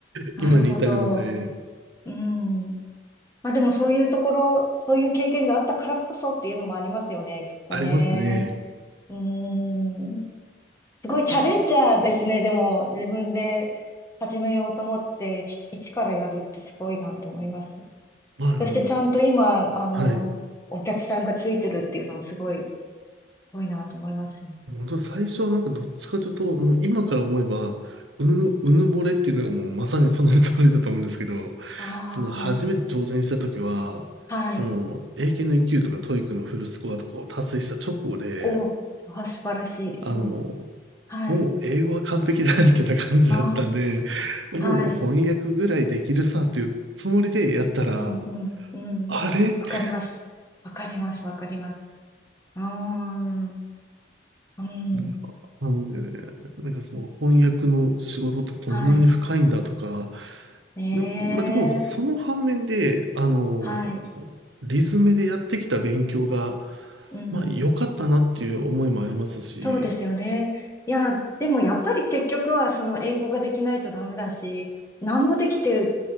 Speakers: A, on the left (about 15°); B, on the right (about 80°).
A: なるほど。
B: 今に至るので、
A: うん。まあでもそういうところ、そういう経験があったからこそっていうのもありますよね。きっとね。
B: ありますね。
A: うん。すごいチャレンジャーですね。
B: うん
A: でも、自分で始めようと思って、ひ一からやるってすごいなと思います。
B: まあ、あの、
A: そしてちゃんと今、あの、
B: はい。
A: お客さんがついてるっていうのはすごい、すごいなと思いますよ。
B: 本当最初はなんかどっちかというと、もう今から思えば、うぬ、うぬぼれっていうのがもうまさにその通りだと思うんですけど、
A: あ
B: その初めて挑戦した時は、
A: あ、はい。
B: その英検の1級とか TOEIC のフルスコアとかを達成した直後で、
A: お、あ、素晴らしい。
B: あの、
A: うん。はい。
B: もう英語は完璧だみたいな感じだったんで、
A: あ
B: もう翻訳ぐらいできるさっていうつもりでやったら、
A: あ、はい。うん、うん、うん。
B: あれって、
A: わかります。わかります、わかります。うーん、うん。
B: なんか、なのでなんかその翻訳の仕事ってこんなに深いんだとか、
A: はい。ねえ。
B: で、まあ、でもその反面で、あの、
A: はい。
B: そのリズムでやってきた勉強が、
A: うん。
B: まあ良かったなっていう思いもありますし、
A: そうですよね。いや、でもやっぱり結局はその英語ができないとダメだし、何もできて